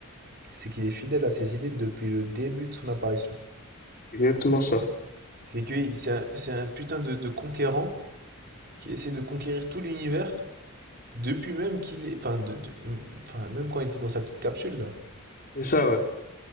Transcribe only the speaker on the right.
c'est qu'il est fidèle à ses idées depuis le début de son apparition.
C'est que il- c'est un, c'est un putain de, de conquérant qui essaie de conquérir tout l'univers, depuis même qu'il est... Enfin, de, de- enfin, même quand il était dans sa petite capsule, là.